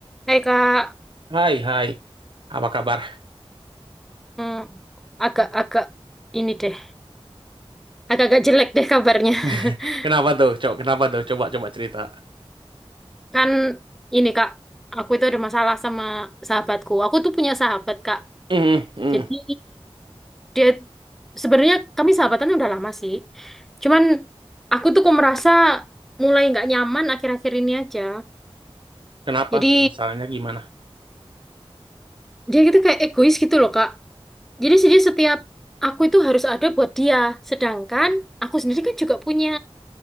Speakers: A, in the centre; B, on the right.
A: Hei kak,
B: Hai, hai. Apa kabar?
A: Hmm, agak-agak ini deh, agak-agak jelek deh kabarnya.
B: <laughs>
A: <laughs>
B: Kenapa tuh, Cok? Kenapa tuh? Coba, coba cerita.
A: Kan ini kak, aku itu ada masalah sama sahabatku. Aku tuh punya sahabat kak.
B: Hmm, hmm.
A: Jadi dia sebenarnya kami sahabatan udah lama sih. Cuman aku tuh kok merasa mulai nggak nyaman akhir-akhir ini aja.
B: Kenapa?
A: Jadi
B: Masalahnya gimana?
A: dia gitu kayak egois gitu loh kak. Jadi sih dia setiap aku itu harus ada buat dia. Sedangkan aku sendiri kan juga punya